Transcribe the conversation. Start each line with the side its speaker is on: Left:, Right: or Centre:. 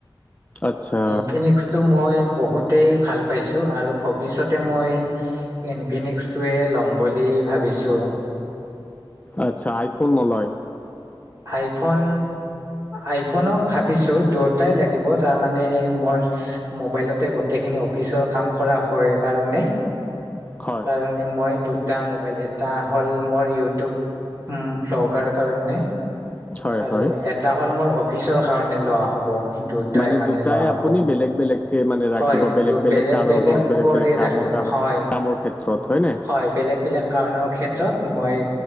Left: আচ্ছা
Right: ইনফিনিক্স টো মই ব বহুতেই ভাল পাইছোঁ আৰু ভৱিষ্যতে মই ইনফিনিক্সটোৱে ল'ম বুলি ভাবিছোঁ।
Left: আচ্ছা আইফোন নলয়
Right: আইফোন আইফনো ভাবিছোঁ দুয়োটাই লাগিব তাৰ মানে সেই মোৰ মবাইলতে গোটেইখিনি অফিচৰ কাম কৰা হয় কাৰণে
Left: হয়
Right: কাৰণে মই দু টা মোবাইল এটা হ'ল মোৰ ইউটিউব ভ্লগাৰ কাৰণে
Left: হয়
Right: আৰু
Left: হয়
Right: এটা হ'ল মোৰ অফিচৰ কাৰণে লোৱা হ'ব দুটা
Left: মানে
Right: ইমানে
Left: দুটাই
Right: লোৱা হ'ব।
Left: আপুনি বেলেগ বেলেগকে মানে ৰাখিব
Right: হয় বেলেগ
Left: কাৰণত
Right: বেলেগ কৰি
Left: বেলেগ কামৰ
Right: ৰাখিম
Left: কাৰণ
Right: হয়
Left: কামৰ ক্ষেত্ৰত হয়নে
Right: হয় বে বেলেগ বেলেগ কাৰণৰ ক্ষেত্ৰত মই